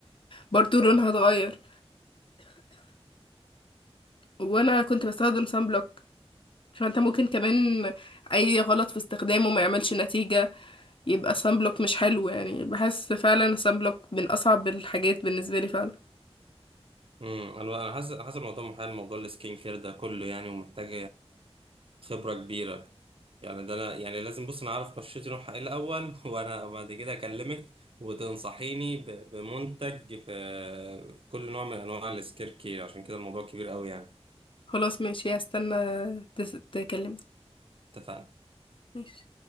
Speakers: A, on the left (about 55°); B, on the right (about 55°).
A: برضو لونها اتغير وانا كنت بستخدم سان بلوك فانت ممكن كمان اي غلط في استخدامه ما يعملش نتيجة يبقى سان بلوك مش حلو يعني بحس فعلا سان بلوك من اصعب الحاجات بالنسبه لي فعلا
B: امم أنا أنا حاسس حاسس الموضوع محال موضوع السكين كير ده كله يعني ومحتاج خبرة كبيرة يعني ده أنا يعني لازم بص أنا أعرف بشرتي نوعها إيه الأول <laughs> وأنا بعد كده أكلمك وتنصحيني ب- بمنتج في في كل نوع من أنواع السكين كير عشان كده الموضوع كبير أوي يعني
A: خلاص ماشي هستنى تس- تكلمني
B: اتفقنا
A: ماشي